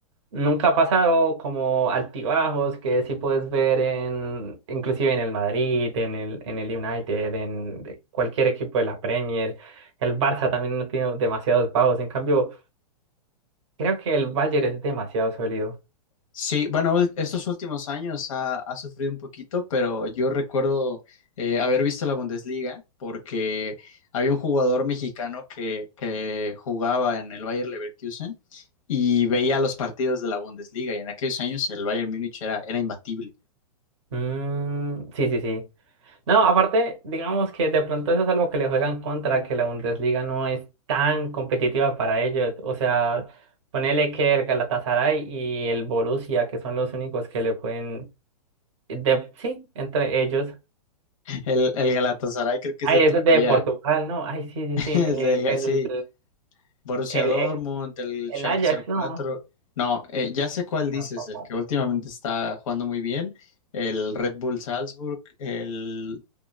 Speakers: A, on the right (about 45°); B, on the left (about 55°).
A: nunca ha pasado como altibajos que sí puedes ver en, inclusive en el Madrid, en el, en el United, en de- cualquier equipo de la Premier. El Barça también no tiene demasiados bajos. En cambio, creo que el Bayern es demasiado sólido.
B: Sí, bueno, ul- estos últimos años ha, ha sufrido un poquito, pero yo recuerdo eh, haber visto la Bundesliga porque había un jugador mexicano que, que jugaba en el Bayern Leverkusen y veía los partidos de la Bundesliga y en aquellos años el Bayern Múnich era, era imbatible.
A: Mm, sí, sí, sí. No, aparte, digamos que de pronto eso es algo que le juegan contra, que la Bundesliga no es tan competitiva para ellos. O sea, ponele que el Galatasaray y el Borussia, que son los únicos que le pueden... de- sí, entre ellos.
B: El, el Galatasaray creo que
A: Ay,
B: es de Turquía.
A: eso es de Portugal, ¿no? Ay, sí, sí,
B: <laughs>
A: sí. eh,
B: El de Ga-
A: el,
B: sí, Borussia
A: el,
B: Dortmund,
A: eh,
B: el
A: el
B: Schalke
A: Ajax,
B: cero
A: no.
B: cuatro No, eh, ya sé cuál dices,
A: Tampoco.
B: el que últimamente
A: Ujú.
B: está jugando muy bien, el Red Bull Salzburg, el,